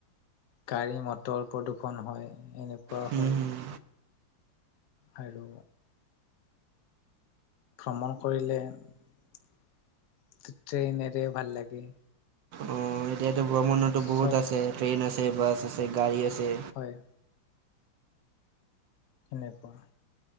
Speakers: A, on the left (about 65°); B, on the right (about 70°).
A: গাড়ী, মটৰ প্ৰদূষণ হয়, সেনেকুৱাও
B: হুম,
A: হয়।
B: হুম।
A: আৰু ভ্ৰমণ কৰিলে ট্ৰেইনেৰে ভাল লাগে।
B: অ এতিয়াতো ভ্ৰমণতো বহুত
A: চব
B: আছে ট্ৰেন বাছ আছে বাছ গাড়ী আছে।
A: হয় সেনেকুৱা।